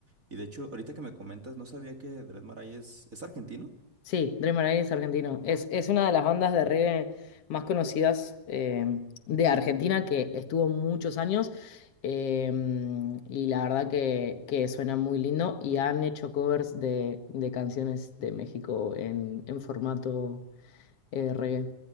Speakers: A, on the right (about 30°); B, on the left (about 50°).
A: Y de hecho, ahorita que me comentas, no sabía que Dred Maray es, es argentino.
B: Sí, Dreamer Eye es argentino. Es, es una de las bandas de reggae más conocidas eh, de Argentina que estuvo muchos años. eh, y la verdad que, que suena muy lindo y han hecho covers de, de canciones de México en, en formato eh, reggae.